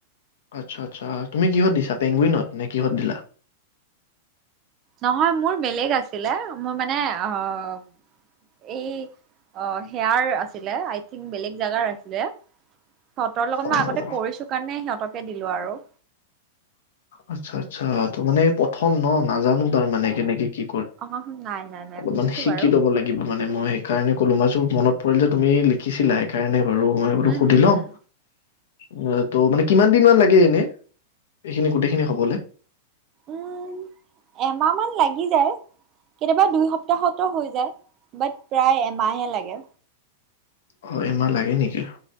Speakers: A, on the left; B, on the right.
A: আচ্ছা আচ্ছা তুমি কিহত দিছা পেংগুইনত নে কিহত দিলা?
B: নহয় মোৰ বেলেগ আছিলে মোৰ মানে এই সেয়াৰ আছিল আই থংক বেলেগ জগাৰ আছিল। সিহঁতৰ লগত
A: অ'
B: মই আগতে কৰিছো কাৰণে সিহঁতক দিলো আৰু
A: আচ্ছা আচ্ছা ত মানে প্ৰথম ন নাজানো তাৰ মানে কেনেকে কি।
B: অ নাই নাই নাই
A: অলপমান
B: বুজিছো
A: শিকি
B: বাৰু
A: লব লাগিব মানে মই সেইকাৰণে, কলো মই মনত পৰিল যে তুমি লিখিছিলা সেই কাৰণে, বাৰু মই এইবাতো
B: হম
A: সুধি
B: হম
A: লওঁ,
B: হম
A: উ ত মানে কিমান দিন মমান লাগে এনে, এইখিনি গোটেইখিনি হবলে।
B: উম এমাহ মান লাগি যায় কেতিয়াবা দুই সপ্তাহতো হৈ যায় বাট প্ৰায় এমাহে লাগে।
A: অ এমা লাগে নেকি।